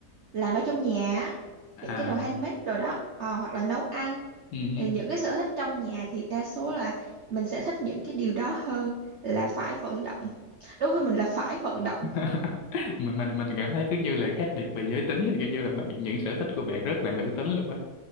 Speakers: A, on the right; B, on the left.
A: làm ở trong nhà á,
B: à,
A: những cái đồ
B: à.
A: handmade đồ đó Ờ, hoặc là nấu ăn
B: ừ.
A: Thì những cái sở thích trong nhà thì đa số là mình sẽ thích những cái điều đó hơn là phải vận động đối với mình là phải vận động
B: <laughs> mình mình mình cảm thấy cứ như là khác biệt về giới tính thì kiểu như là bạn những sở thích của bạn rất là nữ tính luôn á